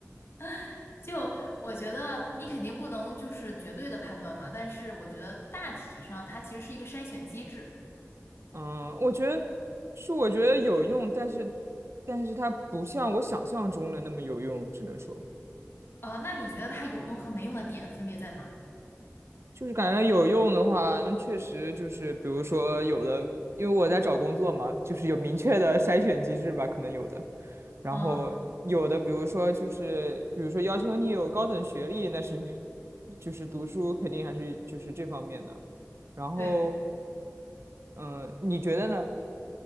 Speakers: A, on the left; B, on the right.
A: <laughs> 就我觉得你肯定不能就是绝对的判断嘛，但是我觉得大体上它其实是一个筛选机制。
B: 嗯，我觉得是，我觉得有用，但是，但是它不像我想象中的那么有用，只能说，
A: 呃，那你觉得它有用和没用的点分别在哪？
B: 就是感觉有用的话，那确实就是，比如说有的，因为我在找工作嘛，就是有明确的筛选机制吧，可能有的。然后有的，
A: 嗯，
B: 比如说就是，比如说要求你有高等学历，那是就是读书肯定还是就是这方面的。然后，
A: 对。
B: 嗯，你觉得呢？